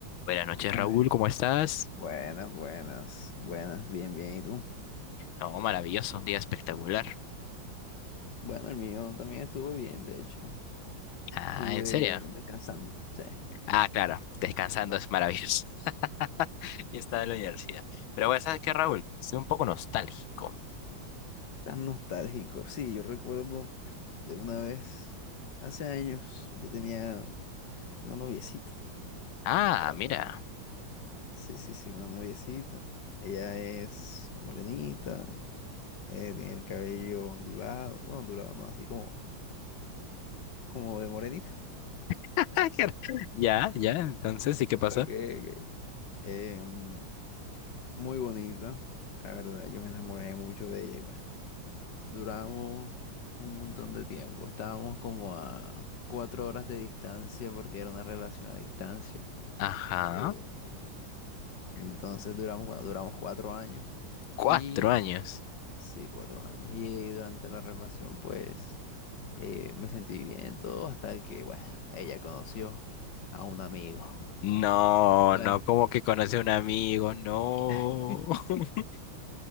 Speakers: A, on the left (about 85°); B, on the left (about 65°).
A: Buenas noches,
B: Ay,
A: Raúl, ¿cómo estás?
B: buenas, buenas, buenas, bien, bien. ¿Y tú?
A: No, maravilloso, un día espectacular.
B: Bueno, el mío también estuvo bien, de hecho.
A: Ah,
B: Estuve
A: ¿en serio?
B: descansando, sí.
A: Ah, claro, descansando es maravilloso. <laughs> Y está en la universidad. Pero bueno, ¿sabes qué, Raúl? Soy un poco nostálgico.
B: Tan nostálgico. Sí, yo recuerdo de una vez, hace años, yo tenía una noviecita.
A: Ah,
B: Era-
A: mira.
B: Sí, sí, sí, una noviecita. Ella es morenita, eh, tiene el cabello ondulado, bueno, ondulado no, así como, como de morenita.
A: <laughs> qué r- Ya, ya, entonces, ¿y qué pasa?
B: Ok, ok. Em, Muy bonita, la verdad, yo me enamoré mucho de ella y bueno, duramos un montón de tiempo, estábamos como a cuatro horas de distancia porque era una relación a distancia,
A: Ajá,
B: Eh, entonces duramos, bueno, duramos cuatro años
A: cuatro
B: y
A: años.
B: sí, cuatro años y durante la relación pues eh, me sentí bien todo hasta que bueno, ella conoció a un amigo,
A: No,
B: bueno,
A: no, como que conoce a un amigo? No.
B: <laughs>
A: <laughs>